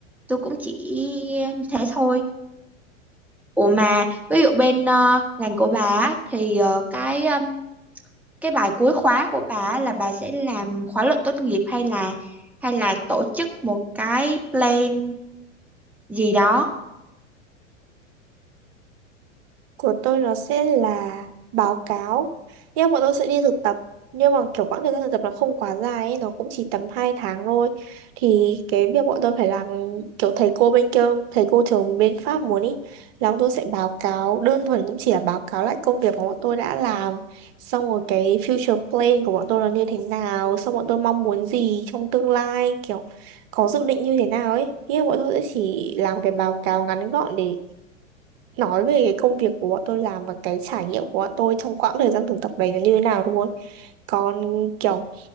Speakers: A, in the centre; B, on the right (about 50°).
A: Tôi cũng chỉ như thế thôi. Ủa mà ví dụ bên ờ, ngành của bà á, thì ờ, cái um, cái bài cuối khóa của bà á là bà sẽ làm khóa luận tốt nghiệp hay là hay là tổ chức một cái plan gì đó
B: của tôi nó sẽ là báo cáo nhưng mà bọn tôi sẽ đi thực tập nhưng mà kiểu quãng thời gian thực tập nó không quá dài ấy, nó cũng chỉ tầm 2 tháng thôi thì cái việc bọn tôi phải làm kiểu thầy cô bên kia thầy cô trường bên Pháp muốn ý là bọn tôi sẽ báo cáo đơn thuần cũng chỉ là báo cáo lại công việc mà bọn tôi đã làm xong rồi cái future plan của bọn tôi nó như thế nào xong bọn tôi mong muốn gì trong tương lai kiểu có dự định như thế nào ấy nghĩa là bọn tôi sẽ chỉ làm cái báo cáo ngắn gọn để nói về cái công việc của bọn tôi làm và cái trải nghiệm của bọn tôi trong quãng thời gian thực tập đấy nó như thế nào luôn còn kiểu